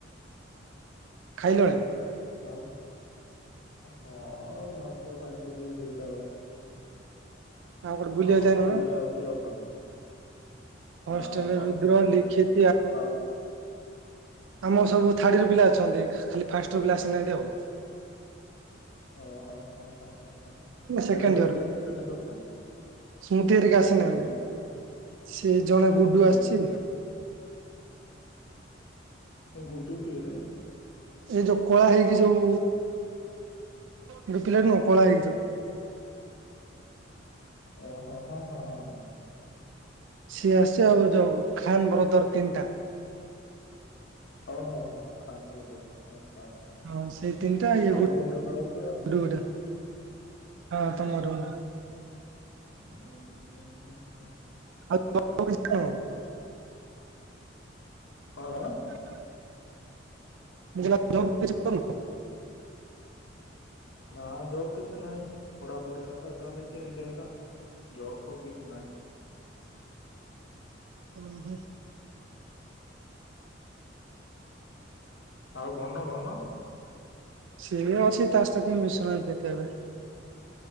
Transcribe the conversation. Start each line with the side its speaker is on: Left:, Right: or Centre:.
Right: ଖାଇଲଣି।
Left: ହଁ, ଆ ହଁ ଭାତ ଖାଇଥିଲି ଦୁଇଟା ବେଳେ।
Right: ଗୋଟେ ବୁଲିବାକୁ
Left: ଆଉ ହଷ୍ଟେଲ
Right: ଯାଇନ
Left: ରେ ଆଉ କିଏ ଅଛନ୍ତି।
Right: ହଷ୍ଟେଲରେ
Left: ନା କୁଆଡେ
Right: ରୁଦ୍ର
Left: ବୁଲାବୁଲି
Right: ଲିଖିତ
Left: ଯାଇନି ଆଜି ବର୍ଷା
Right: ଆମର ସବୁ ଥାର୍ଡ ୟଅର ପିଲା ଅଛନ୍ତି ଖାଲି ଫାଷ୍ଟ ୟର ପିଲା ଆସିନାହାନ୍ତି ଆଉ।
Left: ଓ ହୋ ହୋ ହ ହ ହ
Right: ସେକେଣ୍ଡ
Left: ସେକେଣ୍ଡିୟର
Right: ଇୟର
Left: ପିଲା ସେକେଣ୍ଡର ପିଲା
Right: ସ୍ମୃତି ହେରିକା ଆସିନାହାନ୍ତି
Left: ଓହୋ,
Right: ସେ ଜଣେ ଗୁଡୁ
Left: ଓ
Right: ଆସିଛି
Left: ହ ହ ଗୁଡୁ କିଏ ରେ?
Right: ଏଇ ଯୋଉ କଳା ହେଇକି ଯୋଉ ଗୋଟେ ପିଲା ନୁହଁ କଳା ହେଇକି ଯୋଉ।
Left: ଓ ହୋ ହୋ ହୋ ହଁ ହଁ।
Right: ସିଏ ଆସିଚି ଆଉ ଯୋଉ ଖାନ୍ ବ୍ରଦର ତିନିଟା।
Left: ଓହୋ ହୋ ଖାନ୍ ବଦର ଆଛା।
Right: ହଁ ସେଇ ତିନିଟା ଇଏ
Left: ଆମ ରୁମ ରେ ତ ରହୁଥିବେ
Right: ଗୁଡୁ
Left: ଆଉ ନାଇଁ
Right: ଗୋଟେ
Left: କି?
Right: ହଁ ତମ ରୁମ୍
Left: ଉ ହୁଁ ହୁଁ ହୁଁ।
Right: ଆଉ <unintelligible>
Left: କଣ କଣ?
Right: <unintelligible>
Left: ନା ଜବ୍ କିଛି ନାହିଁ, ପଢାପଢି ଏକା ଚାଲିଛି ଏମତି ଏକା ଜବ ଫବ କିଛି ନାହିଁ।
Right: ହୁଁ ହୁଁ।
Left: ଆଉ ଘନ ଘନ
Right: ସିଏ ଅଛି ତା ସହିତ କିଏ ମିଶୁନାହାନ୍ତି କେବେ।